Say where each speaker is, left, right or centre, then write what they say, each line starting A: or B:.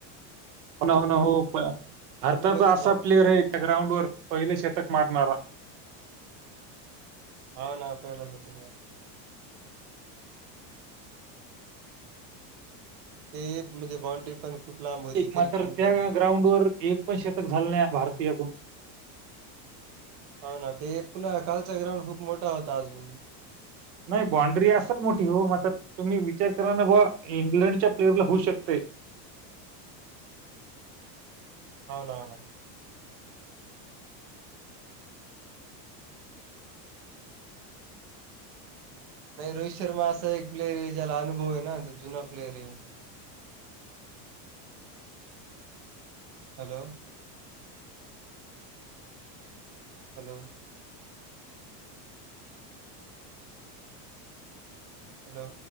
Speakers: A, on the right; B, on the right.
A: होणा हो ना हो भारताचा
B: आम्ही बघितला
A: असा प्लेअर आहे. ग्राउंड वर पहिले शतक मारणारा.
B: हो ना पहिलाच शतक मारणारा. हे म्हणजे बॉण्ड्री पण खूप लांब होती
A: एक
B: तरी
A: मात्र
B: पण
A: त्या
B: ते
A: ग्राउंड वर एक पण शतक झालं नाही भारतीयाकून
B: हो ना ते पुन्हा कालचा ग्राउंड खूप मोठा होता अजून
A: नाही बाॉ्ड्री असल मोठी हो म आता तुम्ही विचार करा ना बा इंग्लंडच्या प्लेयरला होऊ शकते.
B: होन ना. नाही रोहित शर्मा असा एक प्लेअर आहे ज्याला अनुभव आहे ना जुना प्लेअर आहे. हॅलो. हॅलो. हॅलो.